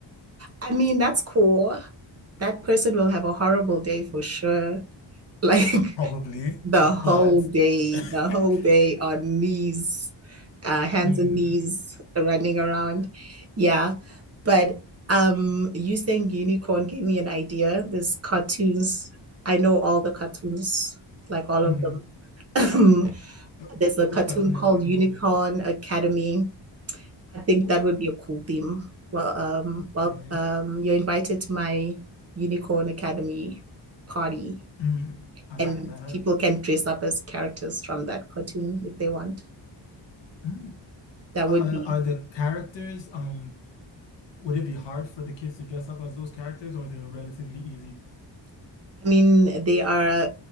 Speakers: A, on the right; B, on the left.
A: I mean, that's cool. That person will have a horrible day for sure. like <laughs>
B: Probably,
A: the
B: but
A: whole day,
B: <laughs>
A: the whole day on knees, uh, hands
B: Mm,
A: and knees running around. Yeah. But um, you saying unicorn gave me an idea. There's cartoons. I know all the cartoons, like all
B: mhm.
A: of them. <laughs> Um,
B: Uh,
A: There's a
B: Which
A: cartoon
B: cartoon has
A: called
B: a unicorn
A: Unicorn
B: in it?
A: Academy. I think
B: Oh,
A: that would be a cool theme. Well, um,
B: okay.
A: well, um, you're invited to my Unicorn Academy party
B: Mm, I
A: and
B: like that.
A: people can dress up as characters from that cartoon if they want.
B: Hmm.
A: That
B: Uh,
A: would be.
B: are the characters, um, would it be hard for the kids to dress up as those characters or they're relatively easy?
A: I mean, they are